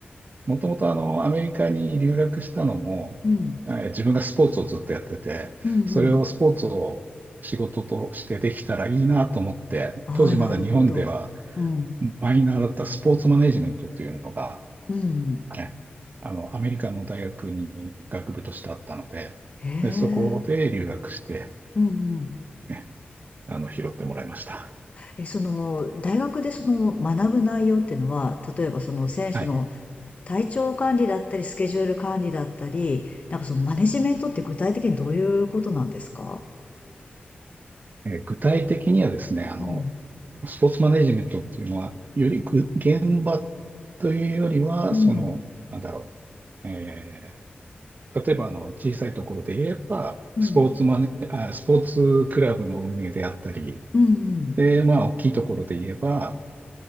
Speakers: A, on the right; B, on the left.
A: もともとあの、アメリカに留学したのも、
B: うん、
A: えー自分がスポーツをずっとやってて、
B: うん、
A: それをスポーツを仕事としてできたらいいなと思って、
B: うん。ああ、
A: 当時まだ日本では
B: なるほど。うん、
A: マイナーだったスポーツマネジメントというのが、
B: うん。
A: ね、あの、アメリカの大学に学部としてあったので、
B: へえ
A: で、そこで留学して、
B: うん、うん。
A: ね、あの、拾ってもらいました。
B: え、その、大学でその学ぶ内容っていうのは、例えばその選手の
A: はい
B: 体調管理だったり、スケジュール管理だったり、なんかそのマネジメントって具体的にどういうことなんですか
A: えー具体的にはですね、あの、
B: うん。
A: スポーツマネジメントっていうのは、よりぐ現場というよりは、
B: うん。
A: その、なんだろう、えー例えばあの小さいところで言えば、
B: うん。
A: スポーツマネ、あ、スポーツクラブの運営であったり、
B: うん。うん。
A: で、まあ、大きいところで言えば、